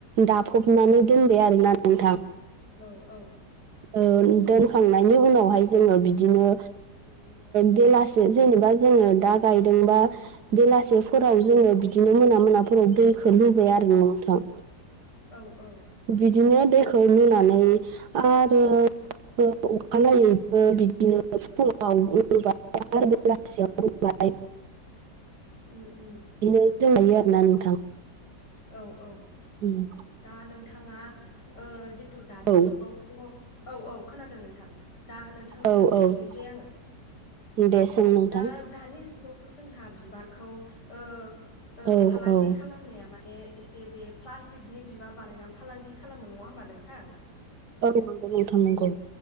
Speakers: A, on the right (about 70°); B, on the left (about 75°).
A: दाफबनानै दोनबाय आरोना नोंथां
B: औ औ
A: ओ दोनखांनायनि उनावहाय जोङो बिदिनो बेलासे जेनेबा जोङो दा गायदोंबा बेलासिफोराव जोङो बिदिनो मोना मोनाफोराव दैखौ लुबाय आरो नोंथां
B: औ औ
A: बिदिनो दैखौ लुनानै आरो अखानायै बिदिनो फुङाव रुबाय आरो बेलासियाव रुबाय
B: उम उम
A: बिदिनो रोंलायो आरो ना नोंथां
B: औ औ
A: उम
B: दा नोंथाङा ओ जिथु दानि
A: औ
B: जुगाव औ औ खोनादों नोंथां दा नों नोंथांनाव
A: औ
B: मोनसे
A: औ
B: सोंनोसै आङो
A: दे सों नोंथां
B: दा दानि जुगावथ' जोंहा बिबारखौ ओ ओ
A: औ
B: फालांगि
A: औ
B: खालामनाया माने एसे बे प्लास्टिकनि बिबार बानायनानै फालांगि खालामो नङा होमबा नोंथां
A: औ नंगौ नोंथां नंगौ